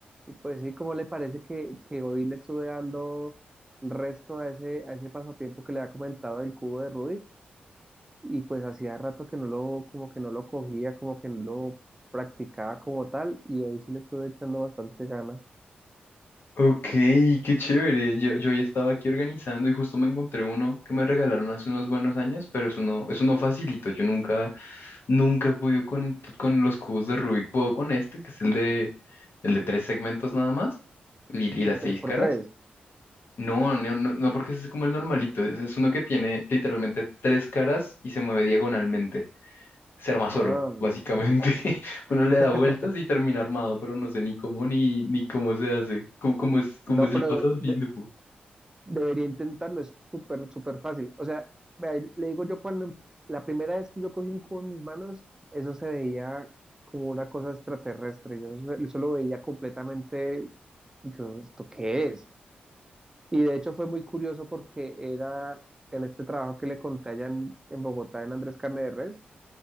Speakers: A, on the right (about 15°); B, on the left (about 65°).
A: Y pues sí, ¿cómo le parece que, que hoy le estuve dando resto a ese, a ese pasatiempo que le había comentado del cubo de Rubik? Y pues hacía rato que no lo, como que no lo cogía, como que no lo practicaba como tal, y ahí sí le estuve echando bastante ganas.
B: Ok, qué chévere. Yo, yo hoy estaba aquí organizando y justo me encontré uno que me regalaron hace unos buenos años, pero es uno, es uno facilito. Yo nunca, nunca he podido con, con los cubos de Rubik. Puedo con este, que es el de, el de tres segmentos nada más y, y
A: El
B: las
A: de
B: seis
A: tres por
B: caras.
A: tres
B: No, no, no, no, porque ese es como el normalito. Es, es uno que tiene literalmente tres caras y se mueve diagonalmente se arma solo,
A: Ah,
B: básicamente. <laughs> Uno
A: <laughs>
B: le da vueltas y termina armado, pero no sé ni cómo ni, ni cómo se hace, cómo, cómo es, cómo
A: no,
B: es
A: pero
B: el pasatiempo.
A: de- debería intentarlo, es súper, súper fácil. O sea, vea, le digo yo cuando em- la primera vez que yo cogí un cubo en mis manos, eso se veía como una cosa extraterrestre. Yo eso, eso lo veía completamente yo, ¿esto qué es? Y de hecho fue muy curioso porque era en este trabajo que le conté allá en, en Bogotá, en Andrés Carne de Res,